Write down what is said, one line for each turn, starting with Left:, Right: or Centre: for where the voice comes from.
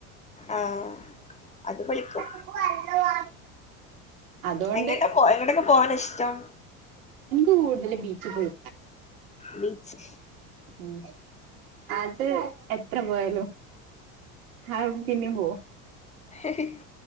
Left: ആഹ് അത് പൊളിക്കും
Right: <inaudible> അതുകൊണ്ട്
Left: എങ്ങട്ട പോ എങ്ങട്ടൊക്കെ പോകാന ഇഷ്ടം
Right: എനിക്ക് കൂടുതൽ ബീച്ച് പോയി
Left: ബീച്ച്
Right: ഉം അത് എത്ര പോയാലോ ആഹ് പിന്നെയും പോകും
Left: ഉം